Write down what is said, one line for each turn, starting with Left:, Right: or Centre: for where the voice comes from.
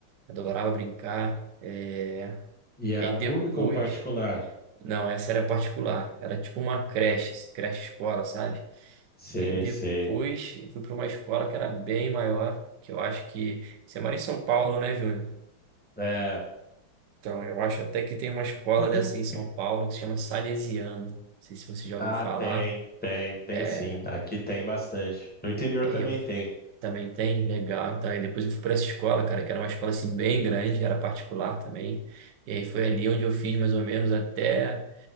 Right: adorava brincar. É...
Centre: E era
Right: E
Centre: público
Right: depois,
Centre: ou particular?
Right: não, essa era particular, era tipo uma creche, assim, creche-escola, sabe?
Centre: Sei,
Right: E aí depois
Centre: sei.
Right: eu fui para uma escola que era bem maior, que eu acho que... Você mora em São Paulo, né, Júnior?
Centre: É.
Right: Então, eu acho até que tem uma escola
Centre: <clears throat>
Right: dessa em São Paulo que se chama Salesiano. Não sei se você já
Centre: Ah,
Right: ouviu falar.
Centre: tem, tem, tem
Right: É,
Centre: sim. Aqui tem bastante. No interior
Right: e
Centre: também
Right: aí eu
Centre: tem.
Right: também tem, legal. Então, aí depois eu fui para essa escola, cara, que era uma escola assim bem grande, era particular também. E aí foi ali onde eu fiz mais ou menos até